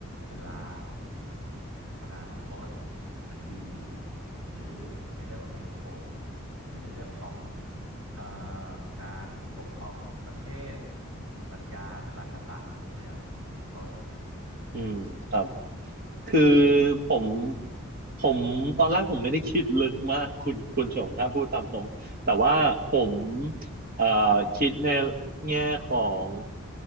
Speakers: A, on the right (about 75°); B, on the right (about 45°).
A: เวลาอนาคตอดีตหรือในเรื่องของเหตุผลหรือในเรื่องของเอ่อการปกครองของประเทศปรัชญารัฐศาสตร์ยกตัวอย่างเป็นต้นเนี่ยครับ
B: อืมครับคือผมผมตอนแรกผมไม่ได้คิดลึกมากคุณคุณชมถ้าพูดตามตรงแต่ว่าผมเอ่อคิดในแง่ของ